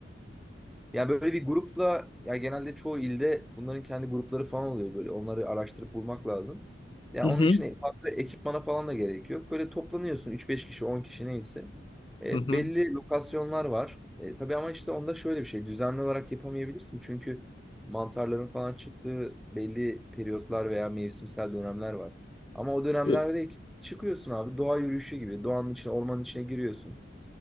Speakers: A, in the centre; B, on the left.
A: Yani böyle bir grupla yani genelde çoğu ilde bunların kendi grupları falan oluyor böyle. Onları araştırıp bulmak lazım. Yani
B: Hı hı.
A: onun için farklı ekipmana falan da gerek yok. Böyle toplanıyorsun üç beş kişi 10 kişi neyse. E,
B: Hı hı.
A: belli lokasyonlar var. E, tabii ama işte onda şöyle bir şey düzenli olarak yapamayabilirsin. Çünkü mantarların falan çıktığı belli periyotlar veya mevsimsel dönemler var. Ama o dönemlerde
B: E,
A: çıkıyorsun abi doğa yürüyüşü gibi. Doğanın içine ormanın içine giriyorsun.